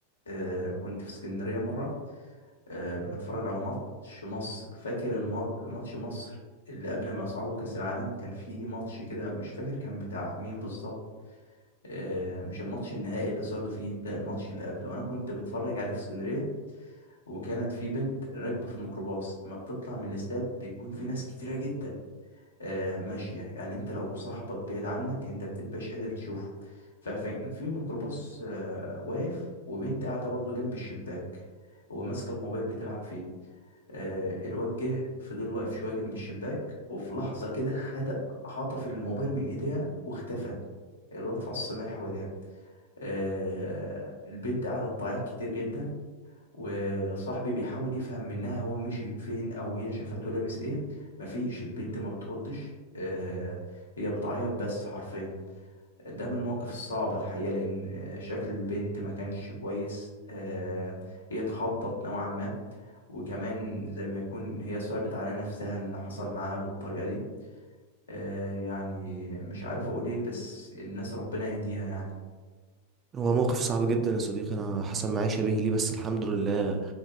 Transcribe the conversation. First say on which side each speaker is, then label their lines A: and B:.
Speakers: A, on the left (about 70°); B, on the right (about 25°).
A: آه، كنت في اسكندرية مرة آه، بنتفرج على ماتش مصر فاكر الم- ماتش مصر اللي قبل ما يصعدوا كأس العالم كان في ماتش كده مش فاكر كان بتاع مين بالظبط آه، مش الماتش النهائي اللي صعدوا فيه لا الماتش اللي قبله انا كنت بتفرج عليه في اسكندريه وكانت في بنت راكبه في الميكروباص ما بتطلع من الاستاد بيكون في ناس كتيره جدا آه، ماشيه يعني انت لو صاحبك بعيد عنك انت بتبقاش قادر تشوفه فكان في ميكروباص آه، واقف وبنت قاعده برضو جنب الشباك وماسكه الموبايل بتلعب فيه آه، الواد جه فضل واقف شويه جنب الشباك وفي لحظه كده خد خطف الموبايل من ايديها واختفى الواد فص ملح وداب آه، البنت قاعده تعيط كتير جدا وصاحبي بيحاول يفهم منها هو مشي فين او هي شافته لابس ايه مفيش البنت ما بتردش آه، هي بتعيط بس حرفيا ده من المواقف الصعبة الحقيقة لأن شكل البنت ما كانش كويس آه، هي اتخضت نوعا ما وكمان زي ما يكون هي صعبت على نفسها ان حصل معاها بالطريقة دي آه يعني مش عارف اقول ايه بس الناس ربنا يهديها يعني
B: هو موقف صعب جدا يا صديقي أنا حصل معايا شبيه ليه بس الحمد لله